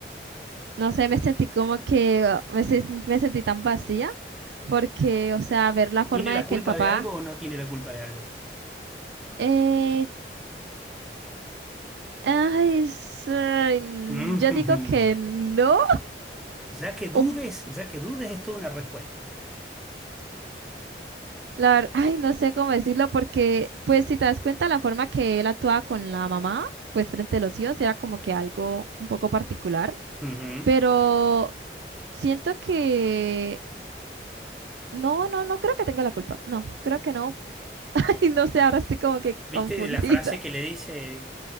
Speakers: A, on the right (about 75°); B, in the centre.
A: No sé, me sentí como que ah, me, se- me sentí tan vacía porque, o sea, ver la forma
B: ¿Tiene la
A: de que
B: culpa
A: el papá...
B: de algo o no tiene la culpa de algo?
A: eh, ay, es, ay, n-
B: Mm,
A: yo digo que no.
B: <laughs> Ya que dudes,
A: Un,
B: ya que dudes es toda una respuesta.
A: la, ver- ay, no sé cómo decirlo porque, pues si te das cuenta, la forma que él actuaba con la mamá, pues frente a los hijos, era como que algo un poco particular.
B: Ujú.
A: Pero... Siento que... No, no, no creo que tenga la culpa. No, creo que no. <laughs> Y no sé, ahora estoy como que
B: ¿Viste
A: confundida.
B: la frase que
A: <laughs>
B: le dice